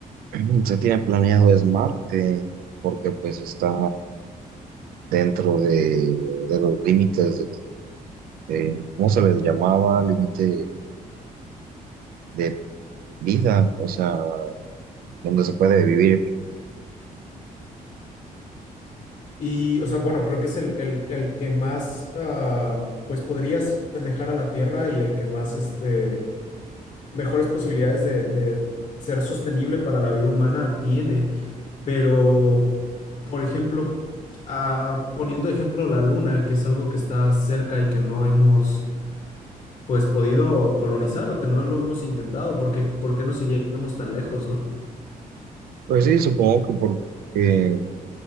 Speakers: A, on the right (about 85°); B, on the left (about 45°).
A: <clears throat> se tiene planeado es Marte, porque pues está dentro de, de los límites, de, eh, ¿cómo se les llamaba? Límite de vida, o sea, donde se puede vivir.
B: Y, o sea, bueno, creo que es el, el- el que más, ah, pues podría asemejar a la Tierra y el que más, este, mejores posibilidades de, de ser sostenible para la vida humana tiene, pero, por ejemplo, ah, poniendo de ejemplo la Luna, que es algo que está cerca y que no hemos, pues, podido colonizar o que no lo hemos intentado, porque, ¿por qué nos iríamos tan lejos, no?
A: Pues sí, supongo que porque